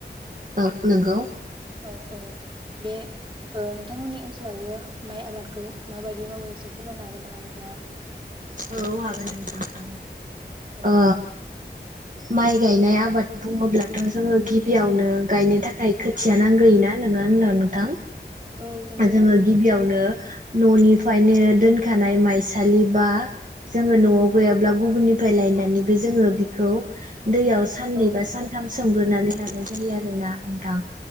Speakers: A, on the right; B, on the right.
A: औ नोंगौ।
B: औ औ बे ओ नोंथांमोननि ओनसोलावबो माइ आबादखौ माबायदि मावो एसे फोरमायनो हागोन नामा नोंथाङा?
A: औ हागोन नोंथां हागोन।
B: औ
A: ओ माइ गायनाय आबाद बुङोब्लाथ' जोङो गिबियावनो गायनो थाखाय खोथिया नांग्रोयोना नोङा होनबा नोंथां।
B: औ नंगौ
A: जोङो
B: नंगौ
A: गिबियावनो न'निफ्रायनो दोनखानाय माइसालि बा जोङो न'आव गैयाब्ला गुबुननिफ्राय लायनानैबो जोङो बिखौ दैयाव साननै
B: औ
A: बा सान्थाम सोमग्रोनानै लानाय जायो आरोना नोंथां।